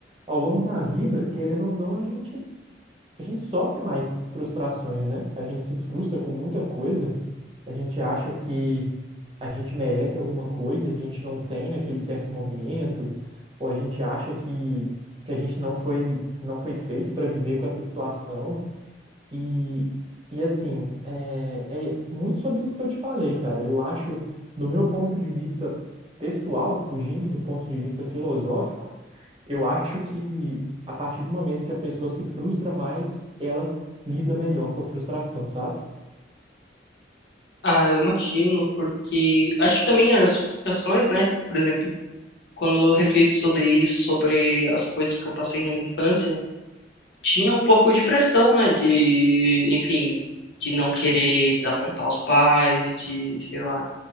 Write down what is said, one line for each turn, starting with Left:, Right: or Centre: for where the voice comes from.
Right: ao longo da vida, querendo ou não, a gente a gente sofre mais frustrações, né? A gente se frustra com muita coisa, a gente acha que a gente merece alguma coisa, a gente não tem naquele certo momento, ou a gente acha que, que a gente não foi, não foi feito para viver com essa situação. E, e assim, é, é muito sobre isso que eu te falei, cara. Eu acho, no meu ponto de vista pessoal, fugindo do ponto de vista filosófico, eu acho que a partir do momento que a pessoa se frustra mais, ela lida melhor com a frustração, sabe?
Left: Ah, eu imagino, porque acho que também as frustrações, né, por exemplo, quando eu reflito sobre isso, sobre as coisas que eu passei na minha infância, tinha um pouco de pressão, né, de, enfim, de não querer desapontar os pais, de, sei lá,